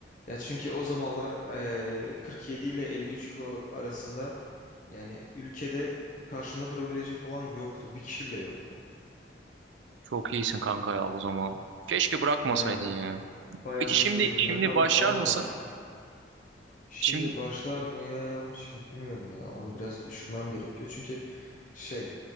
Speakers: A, on the left; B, on the right.
A: Ya çünkü o zamanlar eee, 47 ile 53 kilo arasında yani ülkede karşımda durabilecek olan yoktu. Bir kişi bile yoktu.
B: Çok iyisin kanka ya o zaman. Keşke bırakmasaydın
A: Yani
B: ya.
A: bayağı
B: Peki
A: hızlıydım.
B: şimdi şimdi
A: Lakabım
B: başlar
A: falan
B: mısın?
A: da vardı ya. Şimdi
B: Şimdi
A: başlar mıyım? Şimdi bilmiyorum ya. Onu biraz düşünmem gerekiyor. Çünkü şey